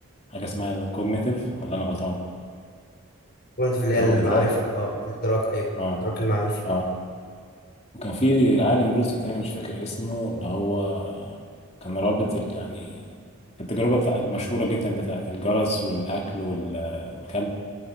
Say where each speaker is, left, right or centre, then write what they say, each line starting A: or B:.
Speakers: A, on the left; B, on the left.
A: حاجه اسمها الكوجنيتيف ولا انا غلطان
B: قلت في اللي
A: اللي
B: هي المعرفة
A: هو الادراك
B: اه الادراك ايوه
A: اه
B: الادراك المعرفي
A: اه وكان في عالم روسي تاني مش فاكر اسمه اللي هو كان رابط ال- يعني التجربة بتاع المشهورة جدا بتاعة الجرس والأكل وال- والكلب